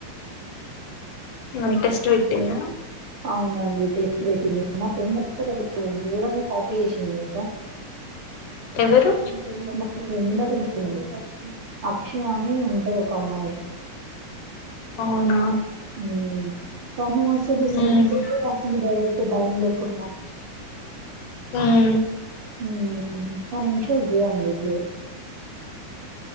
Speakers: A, on the left; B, on the right.
A: మనకెష్ట ఇ టెనా
B: అవును నంద్ డి టెస్టి పెటింధి మా ఫ్రెండ్ తెలుసు కదా మీకు ఘోరంగా కాపీ చేసింది టెలుసా
A: ఎవరు
B: <unintelligible> అ క్ష అని ఉంటది ఒక అమ్మాయి
A: అవునా
B: ఉమ్ తను అసలు ఫ
A: ఉమ్
B: అ బక్ బయం లేకుండా
A: ఉమ్
B: ఉమ్ తన ఇనిషియల్ ఏ అండి ఏ